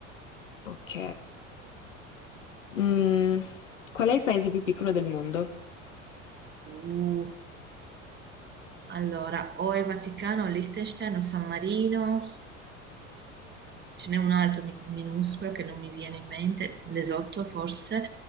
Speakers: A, on the left (about 75°); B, on the right (about 25°).
A: ok. Mm, Qual è il paese più piccolo del mondo?
B: Uh, allora, o è Vaticano, o Liechtenstein, o San Marino, ce n'è un altro mi- minuscolo che non mi viene in mente, l'esotto forse.